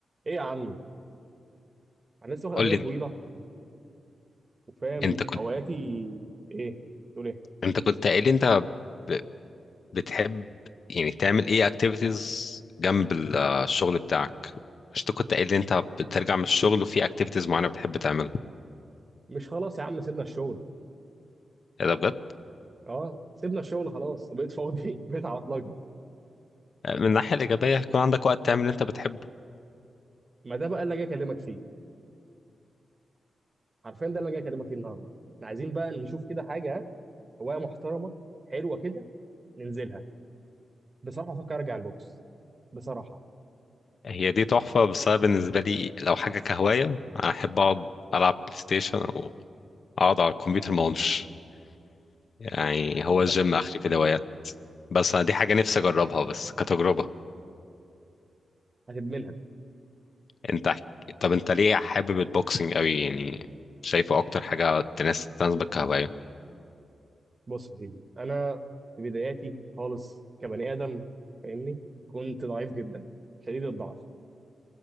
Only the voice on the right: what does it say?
ايه يا عم انا لسه واخد
اجازه
طويله وفاهم
هواياتي ايه تقول ايه
مش خلاص يا عم سيبنا الشغل
اه سيبنا الشغل خلاص وبقيت فاضي <laughs> بقيت على اطلاقي
ما ده بقى اللي جاي اكلمك فيه حرفيا ده اللي جاي اكلمك فيه النهارده احنا عايزين بقى نشوف كده حاجه ها، هوايه محترمه حلوه كده ننزلها بصراحه افكر ارجع البوكس بصراحه
والله
هتدمنها
بص يا سيدي انا في بداياتي خالص كبني ادم فاهمني كنت ضعيف جدا شديد الضعف